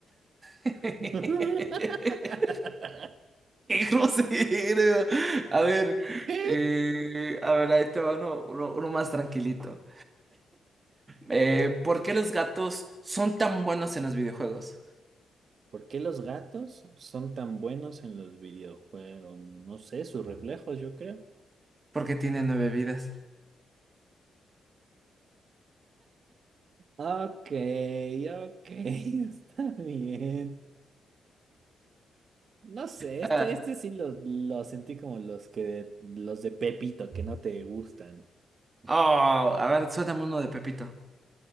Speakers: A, on the right; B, on the right.
A: <laughs> ¡Qué
B: <laughs>
A: grosero! A ver,
B: ¿Qué?
A: eh, a ver, ahí te va uno, uno- uno más tranquilito. Eh, ¿por qué los gatos son tan buenos en los videojuegos?
B: ¿Por qué los gatos son tan buenos en los videojuegos? No sé, sus reflejos, yo creo.
A: Porque tienen nueve vidas.
B: Ok, ok, <laughs> está bien. No sé,
A: Ah,
B: este, este sí lo, lo sentí como los que, los de Pepito que no te gustan.
A: oh, a ver, suéltame uno de Pepito.